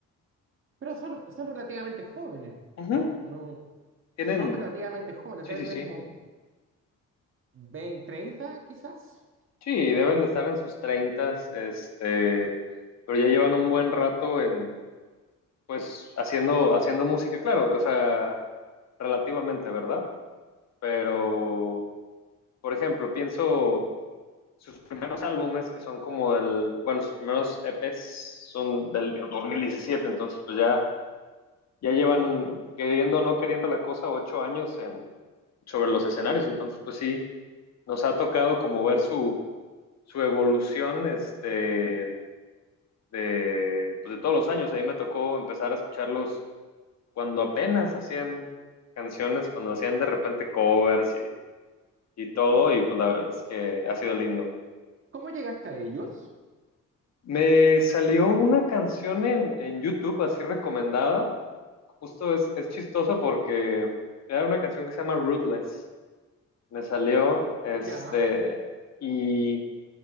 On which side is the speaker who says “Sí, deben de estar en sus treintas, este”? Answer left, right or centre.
Left